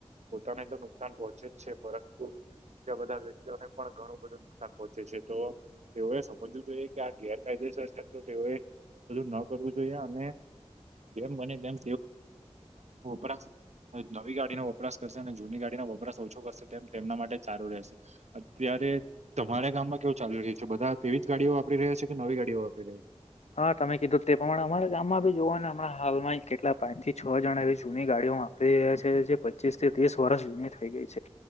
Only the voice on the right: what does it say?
પોતાને તો નુકસાન પહોંચે જ છે પરંતુ બીજા બધા વ્યક્તિઓને પણ ઘણું બધું. નુકસાન પહોંચે છે તો તેઓએ સમજવું જોઈએ કે આ ગેરકાયદેસર છે તો તેઓએ. બધું ન કરવું જોઈએ અને જેમ બને તેમ. વરા નવી ગાડીનો વપરાશ કરશે અને જૂની ગાડીનો વપરાશ ઓછો કરશે તેમ તેમના માટે જ સારું રહેશે. અત્યારે તમારા ગામમાં કેવું ચાલી રહ્યું છે બધા તેવી જ ગાડીઓ વાપરી રહ્યા છે કે નવી ગા ડીઓ વાપરી રહ્યા.